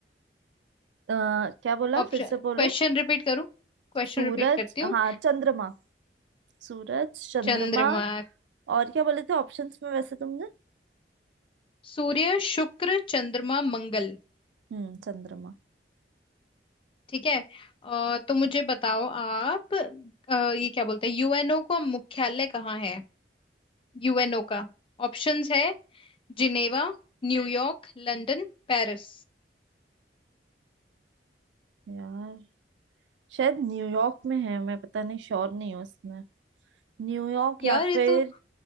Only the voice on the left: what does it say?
ऑप्शन
क्वेश्चन रिपीट करूँ क्वेश्चन
रिपीट करती हूँ
चंद्रमा
सूर्य शुक्र चंद्रमा मंगल
ठीक है अ, तो मुझे बताओ आप अ, ये क्या बोलते हैं यूएनओ का मुख्यालय कहाँ है यूएनओ का ऑप्शंस है Geneva New York London Paris
यार
ये
तो